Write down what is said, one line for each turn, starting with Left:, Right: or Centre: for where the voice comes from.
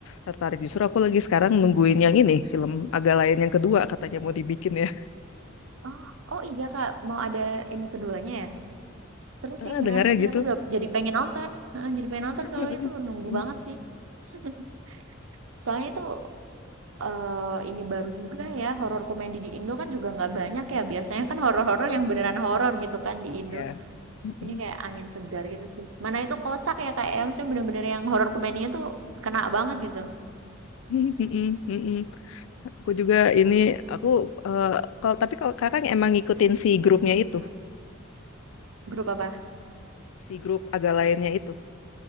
Left: tertarik. Justru aku lagi sekarang nungguin yang ini. Film agak lain yang kedua katanya mau dibikin ya.
Right: Oh oh iya, Kak, mau ada ini keduanya ya? Seru
Left: ah
Right: sih, menarik
Left: dengarnya
Right: sih,
Left: gitu.
Right: aku udah jadi pengen nonton, heeh, jadi pengen
Left: <laughs>
Right: nonton kalau itu, nunggu banget sih. <laughs> Soalnya itu, eee, ini baru juga ya, horor komedi di Indo kan juga nggak banyak ya, biasanya kan horor-horor yang beneran horor gitu kan di Indo.
Left: Iya. Mm-mm.
Right: Ini kayak angin segar gitu sih. Mana itu kocak ya, Kak, ya, maksudnya bener-bener yang horor komedinya tuh kena banget gitu.
Left: Mm-mm, mm-mm. Aku juga ini aku eh, kalau tapi kalau kakak emang ngikutin si grupnya itu,
Right: Mhm, grup apa?
Left: si grup agak lainnya itu.